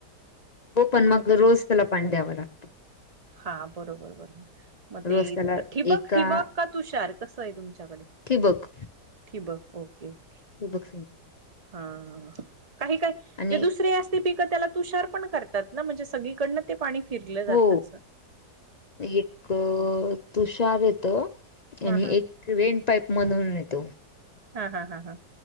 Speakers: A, on the left (about 75°); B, on the right (about 40°).
A: हो पण मग रोज त्याला पाणी द्यावं लागतं.
B: हां बरोबर बरंर. मग
A: रोज
B: ते
A: त्याला
B: ठिबक
A: एका
B: ठिबक का तुषार कसं आहे तुमच्याकडे?
A: ठिबक
B: ठीबक ओके ओके
A: ठिबक सिंचन.
B: हा काही काही
A: आणि
B: जे दुसरे अस. ते पिकं त्याला तुषार पण करतात ना म्हणजे सगळीकडनं ते पाणी फिरलं जात
A: हो
B: अस.
A: एक तुषार येत आणि
B: हा
A: एक वेनपाईप मधून येतो.
B: हा हा हा हां